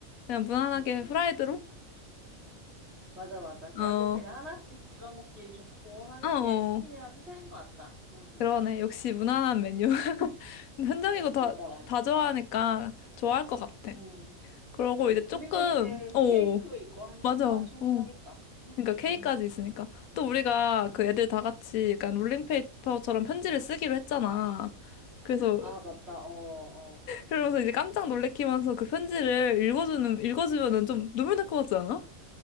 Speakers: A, on the left; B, on the right.
A: 그냥 무난하게
B: 응, 응.
A: 후라이드로?
B: 맞아, 맞아. 결국
A: 어, 어,
B: 그냥 하나씩 집어먹기 좋고 하는
A: 어.
B: 게 치킨이랑 피자인 것 같다. 응, 응.
A: 그러네. 역시 무난한 메뉴. <laughs> 현정이고 다,
B: 맞아, 맞아.
A: 다 좋아하니까 좋아할 것 같아.
B: 응,
A: 그러고
B: 응.
A: 이제 조금,
B: 그리고 이제
A: 어,
B: 케이크 있고 하니까
A: 맞아. 어.
B: 충분하겠다. 응,
A: 그러니까 K까지
B: 응,
A: 있으니까. 또 우리가
B: 응.
A: 그 애들 다
B: 응.
A: 같이 약간 롤링페이퍼처럼 편지를 쓰기로 했잖아. 그래서,
B: 아, 맞다. 어, 어.
A: 그러면서 이제 깜짝 놀래키면서 그 편지를 읽어주는, 읽어주면은 좀 눈물 날 것 같지 않아?